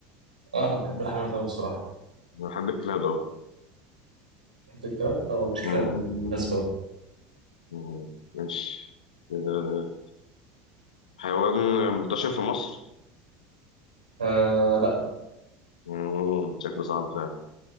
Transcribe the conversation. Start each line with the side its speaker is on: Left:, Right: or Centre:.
Right: اه أنا بحب الحيوانات أوي بصراحة
Left: أنا بحب الكلاب أوي
Right: بحب الكلاب أو مش
Left: مم.
Right: كلاب بالمناسبة
Left: مم. ماشي آه، حيوان منتشر في مصر
Right: آه لا
Left: مم. شكله صعب فعلا